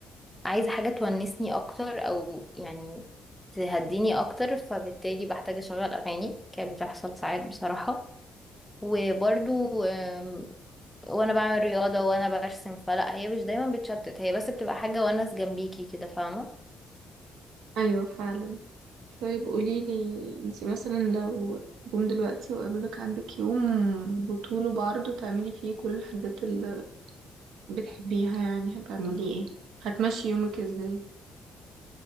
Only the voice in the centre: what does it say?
عايزه حاجه تونسني اكتر او يعني تهديني اكتر فبالتالي بحتاج اشغل اغاني كانت بتحصل ساعات بصراحه وبرضو أم، وانا بعمل رياضه وانا برسم فلا هي مش دايما بتشتت هي بس بتبقى حاجه ونس جنبيكي كده فاهمه